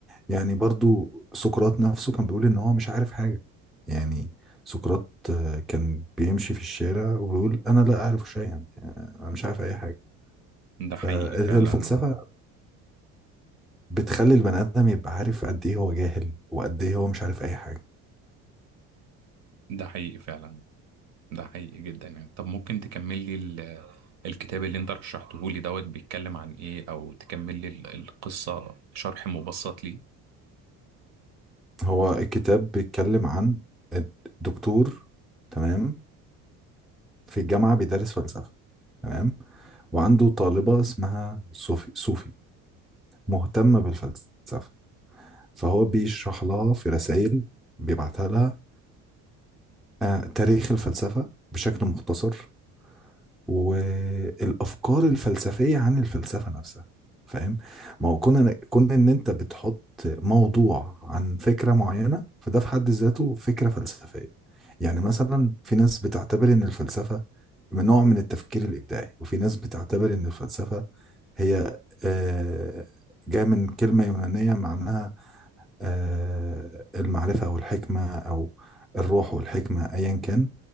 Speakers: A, in the centre; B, on the right (about 60°).
A: يعني برضو سقراط نفسه كان بيقول ان هو مش عارف حاجة يعني سقراط آه، كان بيمشي في الشارع وبيقول انا لا اعرف شيئا يعني انا مش عارف اي حاجة
B: ده
A: فالفلسفة
B: حقيقي فعلا
A: بتخلي البني ادم يبقى عارف قد ايه هو جاهل وقد ايه هو مش عارف اي حاجة
B: ده حقيقي فعلا ده حقيقي جدا يعني طب ممكن تكمل لي ال- الكتاب اللي انت رشحته لي دوت بيتكلم عن ايه او تكمل لي ال- القصة شرح مبسط ليه
A: هو الكتاب بيتكلم عن الدكتور تمام في الجامعة بيدرس فلسفة تمام وعنده طالبة اسمها صوفي صوفي مهتمة بالفلسفة فهو بيشرح لها في رسائل بيبعتها لها آه، تاريخ الفلسفة بشكل مختصر والأفكار الفلسفية عن الفلسفة نفسها فاهم ما هو كنا كنا إن أنت بتحط موضوع عن فكرة معينة فده في حد ذاته فكرة فلسفية يعني مثلا في ناس بتعتبر إن الفلسفة من نوع من التفكير الإبداعي وفي ناس بتعتبر إن الفلسفة هي آه، جاية من كلمة يونانية معناها آه، المعرفة أو الحكمة أو الروح والحكمة أيا كان